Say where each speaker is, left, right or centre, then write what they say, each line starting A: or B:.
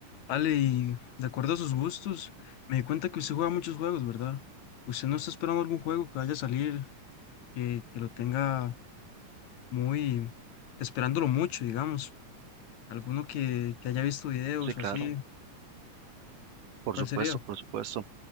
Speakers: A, on the left (about 70°); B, on the right (about 85°).
A: Ale, y de acuerdo a sus gustos, me di cuenta que usted juega muchos juegos, ¿verdad? ¿Usted no está esperando algún juego que vaya a salir, que, que lo tenga muy, esperándolo mucho, digamos? ¿Alguno que, que haya visto videos
B: Sí, claro,
A: o así?
B: por
A: ¿Cuál
B: supuesto,
A: sería?
B: por supuesto.